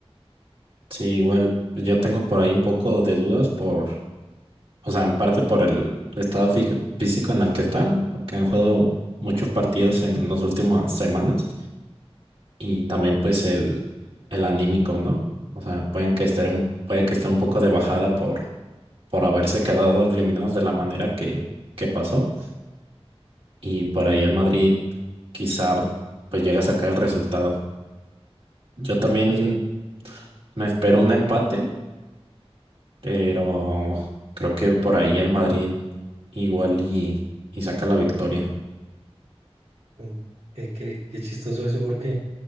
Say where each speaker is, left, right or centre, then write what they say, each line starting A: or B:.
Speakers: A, on the right; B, on the right.
A: sí, igual yo tengo por ahí un poco de dudas por, o sea, en parte por el estado fí- físico en el que están, porque han jugado muchos partidos en las últimas semanas y también pues el, el anímico, ¿no? O sea, pueden que estar un, puede que esté un poco de bajada por, por haberse quedado eliminados de la manera que, que pasó. y por ahí el Madrid quizá pues llega a sacar el resultado. Yo también
B: O sea,
A: me espero un empate, pero creo que por ahí el Madrid igual y, y saca la victoria.
B: mm, eh, qué, qué chistoso eso porque